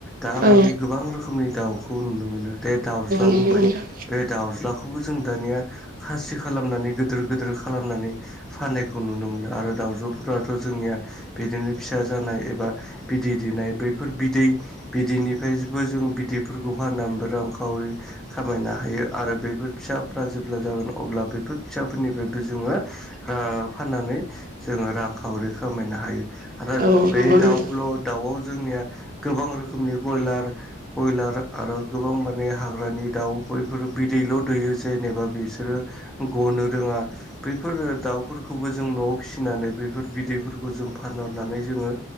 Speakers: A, in the centre; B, on the right.
A: दा
B: औ
A: माने गोबां रोखोमनि दाव, खौ नुनो मोनो बे दाउज्ला
B: नंगौ
A: बुंबाय
B: नोंथां
A: बे दाउज्ला खौबो जों दानिया खासि खालामनानै गिदोर गिदोर खालामनानै फाननायखौ नुनो मोनो आरो दाावजोफोराथ' जोंनिया बिदिनो फिसा जानाय, एबा बिदै दैनाय बैफोर बिदै, बिदैनिफ्रायबो जों बिदैफोरखौ फाननानै रांखावरि खामायनो हायो आरो बैफोर फिसाफोरा जेब्ला जागोन अब्ला बैफोर फिसाफोरनिफ्रायबो जोङो। ओ फाननानै जोङो रांखावरि खामायनो हायो आरो
B: औ
A: बे
B: नंगौ नोंथां
A: दावआव जोंनिया गोबां रोखोमनि बयलार कयलार आरो गोबां माने हाग्रानि दाव बैफोर बिदैल' दैयो जेनेबा बिसोरो गनो रोङा, बैफोर दावफोरखौबो जों न'आव फिसिनानै बैफोर बिदैफोरखौ जों फानहरनानै जोङो।